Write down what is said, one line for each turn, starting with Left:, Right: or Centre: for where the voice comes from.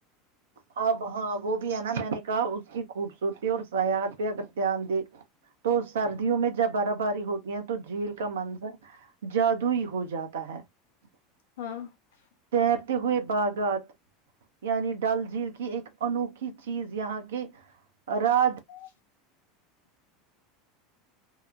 Right: ہاں ہاں وہ بھی ہے نا میں نے کہا اس کی خوبصورتی اور سیات پہ اگر دھیان دے تو سردیوں میں <unintelligible> جب برا باری ہوتی ہے تو جھیل کا منظر <unintelligible> جادوئی ہو جاتا ہے <unintelligible>
Left: ہاں <unintelligible>
Right: تیرتے ہوئے باغات یعنی ڈل جھیل کی ایک انوکھی چیز یہاں کے راج <unintelligible>
Left: <inaudible>